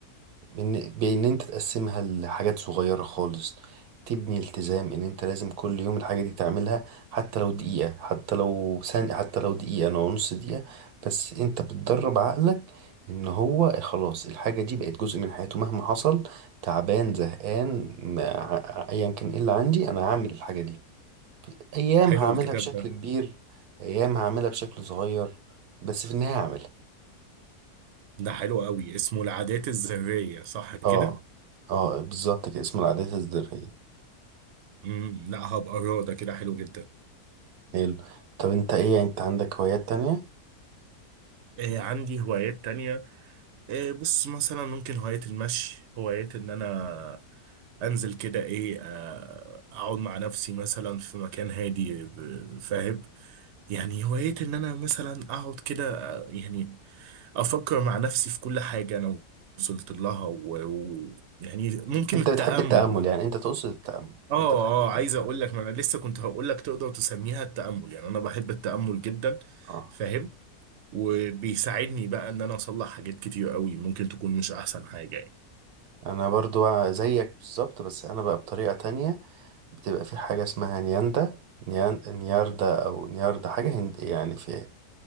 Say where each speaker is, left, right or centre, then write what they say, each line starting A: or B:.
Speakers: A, on the right; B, on the right.
A: بإن بإن أنت تقسمها لحاجات صغيرة خالص تبني التزام إن أنت لازم كل يوم الحاجة دي تعملها حتى لو دقيقة حتى لو ثانية حتى لو دقيقة أو نص دقيقة بس أنت بتدرب عقلك إن هو خلاص الحاجة دي بقت جزء من حياته مهما حصل تعبان زهقان ما- ع- أيا كان إيه اللي عندي أنا هعمل الحاجة دي أيام
B: حلو
A: هعملها
B: الكتاب
A: بشكل
B: ده
A: كبير أيام هعملها بشكل صغير بس في النهاية هعملها
B: ده حلو قوي اسمه العادات الذرية صح كده
A: اه اه بالظبط كده اسمه العادات الذرية
B: مم. لا هبقى أقراه، ده كده حلو جدا
A: حلو طب انت ايه يعني انت عندك هوايات تانية
B: آه عندي هوايات تانية آه بص مثلا ممكن هواية المشي هواية ان انا انزل كده ايه آه اقعد مع نفسي مثلا في مكان هادي ب- فاهم يعني هواية ان انا مثلا اقعد كده آه، يعني افكر مع نفسي في كل حاجة انا وصلت لها ويعني و... و- يعني ممكن
A: انت
B: التأمل
A: بتحب التأمل
B: يعني.
A: يعني انت تقصد التأمل
B: اه
A: انت بتحب التأمل
B: اه عايز اقول لك ما انا لسه كنت هقول لك تقدر تسميها التأمل يعني انا بحب التأمل جدا
A: اه
B: فاهم وبيساعدني بقى ان انا اصلح حاجات كتير قوي ممكن تكون مش احسن حاجة يعني
A: انا برضو زيك بالظبط بس انا بقى بطريقة تانية بتبقى في حاجة اسمها نياندا نيان نياردا او نياردا حاجة هند يعني في